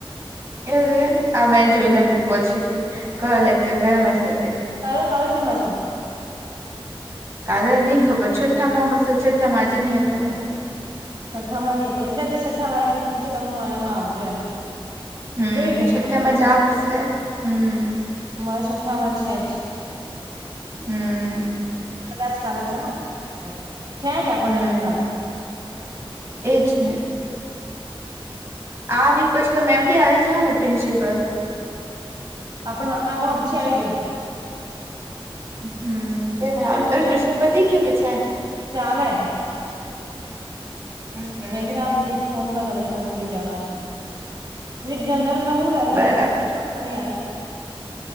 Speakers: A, on the right (about 30°); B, on the right (about 45°).
A: એવું કે, આ મેં જોઈ લેમ પછી થી, કયો લેકચર કયા માં છે તે
B: સારો કાલેસીમાં છે.
A: કાલે ની ખબર છઠ્ઠા માં હશે છઠ્ઠા માં આજે નહ હતો ને
B: છઠ્ઠામાં નીં હતા, એટલે તો છઠ્ઠા વાળા કે કિ ટીચર તમે મારા માં આવજો એમ
A: હમ્મ,
B: જોઈ ગયા
A: છઠ્ઠામાં જવા પડશે, હમ્મ
B: મારા છઠ્ઠા માં છે જ.
A: હમ્મ
B: કદાચ કાલે છે, આમ છે જ આપડો
A: હમ
B: તો એમ તો કાલે
A: એજ ને, આ વીક પછી તો મેમ બી આવી જ હને પ્રિન્સિપલ.
B: આપ <unintelligible> ચી આવી જહે
A: હમ્મ, તેને હા,
B: આનું
A: તારે
B: ગુજરાતી
A: ટ્યુશન
B: કે
A: પતી ગયું કે છે?
B: ચાલે
A: હમ્મ હમ્મ
B: મેં કીધું આપ પછી ફોન કરને પછી મે ભૂલી જવા, એમ પ જનરલમાં હું લાગ્યું
A: બરાબર
B: મે હની યાર